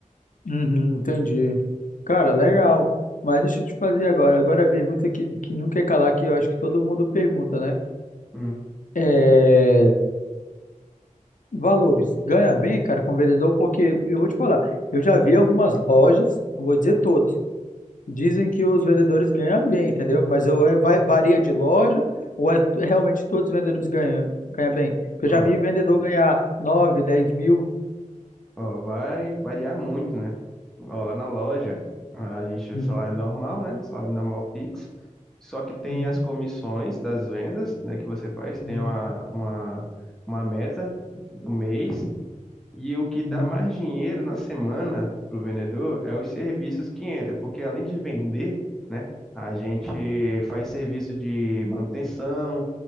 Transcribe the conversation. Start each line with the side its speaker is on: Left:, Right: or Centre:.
Left: Uhum, entendi. Cara, legal. Mas deixa eu te fazer agora. Agora a pergunta que, que não quer calar, que eu acho que todo mundo pergunta, né?
Centre: Hum.
Left: É... Valores. Ganha bem, cara, como vendedor, porque eu vou te falar, eu já vi algumas lojas, não vou dizer todas, dizem que os vendedores ganham bem, entendeu? Mas eu, é, vai, varia de loja, ou é t- realmente todos os vendedores ganham, ganham bem? Porque
Centre: Ó,
Left: eu já vi vendedor ganhar nove, dez mil.
Centre: ó, vai variar muito, né? Ó, lá na loja, a gente tira
Left: Uhum,
Centre: o salário normal, né? Salário normal fixo. Só que tem
Left: uhum,
Centre: as comissões das vendas, né, que você faz, tem
Left: uhum,
Centre: uma, uma, uma meta do mês. E o que dá
Left: uhum,
Centre: mais dinheiro na semana pro vendedor é os serviços que entram, porque além de vender, né, a gente faz serviço de manutenção,